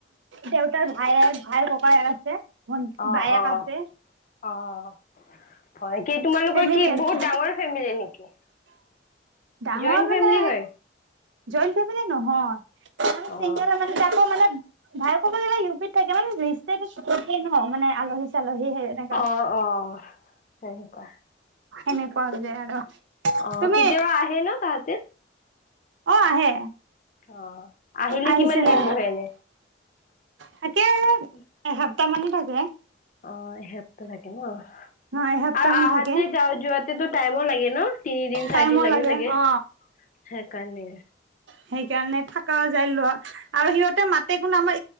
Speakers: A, on the right (about 75°); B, on the left (about 40°).
A: দেউতাৰ ভাই ভাইৰ ককাই আছে। ভন্টি
B: অ',
A: বায়েক
B: অ',
A: আছে
B: অ'। হয়, কি তোমালোকৰ
A: ফেমিলি
B: কি
A: আছে
B: বহুত ডাঙৰ ফেমিলি নেকি?
A: ডাঙৰ
B: জইণ্ট
A: মানে
B: ফেমিলি হয়
A: জইন ফেমিলি নহয়, তাৰমানে
B: অ
A: চিংগেল তাকো মানে ভায়েক ইউপিত থাকে মানে ন' মানে আলহী চালহী হেনেকা।
B: অ অ সেনেকুৱা।
A: এনেকুৱা যে আৰু।
B: অ',
A: তুমি
B: কেতিয়া ব আহ ন তাহতে।
A: অ', আহে।
B: অ', আহিলে
A: আহিছিলে
B: কিমান দিন বহে এনে?
A: থাকে।
B: উম।
A: এসাপ্তাহ মানে থাকে।
B: অ', এসপ্তাহ থাকে ন আৰু
A: অ এসপ্তাহ মান
B: আহাতে
A: থাকে
B: যা যোৱাতেতো টাইমো লাগে ন? তিনিদিন,
A: টাইমো
B: চাৰিদিন লাগে চাগে
A: অ
B: সেইকাৰণে।
A: সেইকাৰণে থাকাও যায় লোৱা আৰু সিহঁতে মাতে কোনো আমা